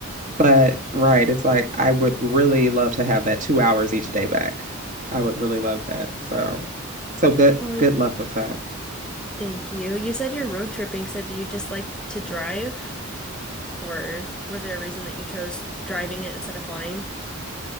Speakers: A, on the right; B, in the centre.
A: But right, it's like I would really love to have that two hours each day back. I would really love that. So, so good,
B: Well,
A: good luck with that.
B: thank you. You said you're road tripping, so do you just like to drive, or was there a reason that you chose driving it instead of flying?